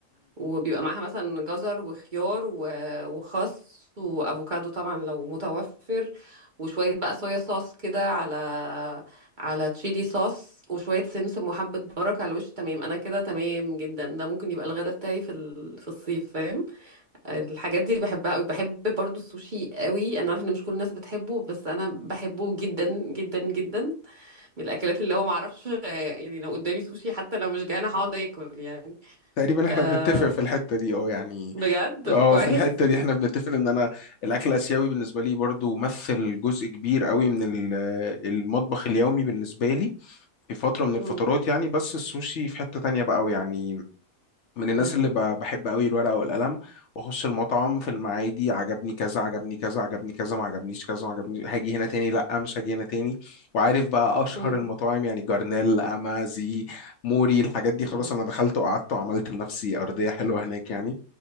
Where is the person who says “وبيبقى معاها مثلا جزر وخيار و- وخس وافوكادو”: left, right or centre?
Right